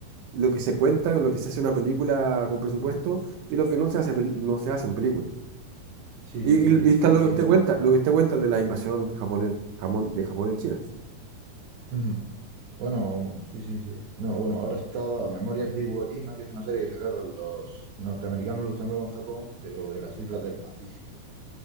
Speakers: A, on the right; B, on the right.
A: lo que se cuenta, lo que se hace en una película con presupuesto y lo que no se hace, pel- no se hace en película.
B: Sí,
A: Y,
B: sí,
A: y,
B: sí, sí,
A: y está
B: sí,
A: lo
B: sí,
A: que usted
B: no.
A: cuenta, lo que usted cuenta de la invasión japonés, jamón, de Japón en China.
B: Ujú. Bueno, sí, sí, sí. No, bueno, ahora estaba Memorias de Iwo Jima, que es una serie que sacaron los norteamericanos luchando con Japón, pero de las islas del Pacífico.